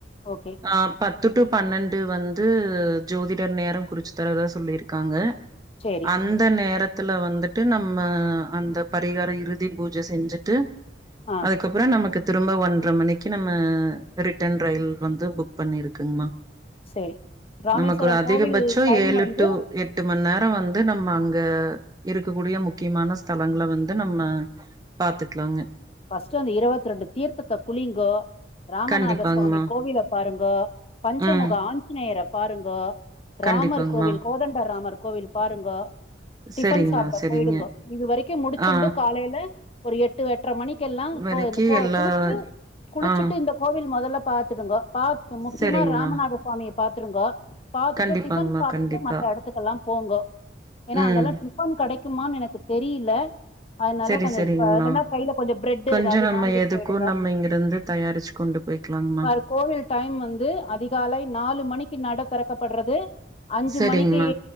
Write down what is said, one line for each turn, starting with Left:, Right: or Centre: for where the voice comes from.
Left: ஓகே
Right: ஆ பத்து டு பன்னெண் டு வந்து ஜோதிடர் நேரம் குறிச்சு தரதா சொல்லிருக்காங்க
Left: சேரி
Right: அந்த நேரத் துல வந்துட்டு நம்ம அந்த பரிகார இறுதி பூஜ செஞ்சுட்டு
Left: ஆ
Right: அதுக்கப்பறோ நமக்கு திரும்ப ஒன்ற மணி க்கு நம்ம ரிட்டன் ரயில் வந்து புக் பண்ணிருக்குங்மா
Left: சேரி ராமேஸ்வரம்
Right: நமக்கு ஒரு அதிகபட்சோ
Left: கோவில் டைம்
Right: ஏழு
Left: வந்து
Right: டு எட்டு மண் நே ர வந்து நம்ம அங்க இருக்கக்கூடிய முக்கியமான ஸ்த லங்கள வந்து நம்ம பாத்துக்லாங்க
Left: ஃபஸ்ட்டு வந்து இருவத்ரெண்டு தீர்த்தத்த குளிங்கோ ராமநாத
Right: கண்டிப்பாங்கம்மா.
Left: சுவாமி கோவில பாருங்கோ பஞ்சமுக
Right: ம்.
Left: ஆஞ்சநேயர பாருங்கோ
Right: கண்டிப்பாங்கம்மா.
Left: ராமர் கோவில் கோதண்ட ராமர் கோவில் பாருங்கோ டிஃபன்
Right: சரிங்கம்மா,
Left: சாப்ட
Right: சரிங்க.
Left: போயிடுங்கோ இது வரைக்கு முடிச்சுண்டு
Right: ஆ.
Left: காலேல ஒரு எட்டு எட் றமணிக்கெல்லா
Right: வரைக்கி
Left: கோ இந்த கோ
Right: எல்லா
Left: குளிச்சு குளிச்சுட்டு
Right: ஆ.
Left: இந்த கோவில் மொதல்ல பாத்துடுங்கோ பாத் இப்ப முக்கியமா
Right: சரிங்கம்மா.
Left: ராமநாத சுவாமிய பாத்துருங்கோ பாத்துட்டு
Right: கண்டிப்பாங்மா
Left: டிஃபன் சாப்டுட்டு
Right: கண்டிப்பா.
Left: மத்த எடத்துக்கெல்லாம் போங்கோ ஏனா
Right: ம்.
Left: அங்கெலா டிஃபன் கெடைக்குமானு எனக்கு தெரில அதனால
Right: சரி
Left: கொஞ்சோ
Right: சரிங்மா.
Left: ப என்னனா கைல கொஞ்சோ பிரெட்டு
Right: கொஞ்சம்
Left: எதாவது
Right: நம்ம
Left: வாங்கிட்
Right: எதுக்கும்
Left: போயிடுங்க
Right: நம்ம இங்கிருந்து தயாரிச்சு கொண்டு போய்க்கலாங்மா.
Left: சார் கோவில் டைம் வந்து அதிகாலை நாலு மணிக்கு நட தெறக்கப்பட்றது அஞ்சு
Right: சரிங்மா.
Left: மணிக்கு